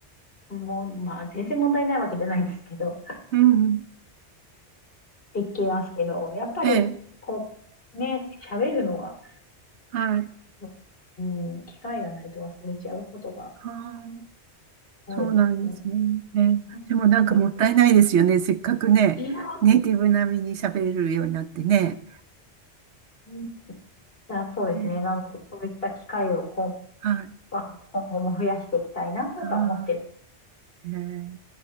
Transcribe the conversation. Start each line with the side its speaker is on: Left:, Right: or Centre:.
Left: もう、まあ、全然問題ないわけじゃないんですけど、
Right: うん。
Left: できますけど、やっぱり、
Right: ええ。
Left: こう、ね、喋るのは、
Right: はい。
Left: まあ、うん、機会がないと忘れちゃうことが
Right: はあ
Left: 多いですね。
Right: そうなんですね。ね。
Left: うん。
Right: でもなんかもったいないですよね。
Left: つい
Right: せっかくね、
Left: に <laughs>
Right: ネイティブ並みに喋れるようになってね。
Left: うんあ、そうですね。
Right: ね
Left: なので、そういった機会をこ、
Right: はい。
Left: あの、今後も増やしていきたいなとは思ってる。
Right: はい。ね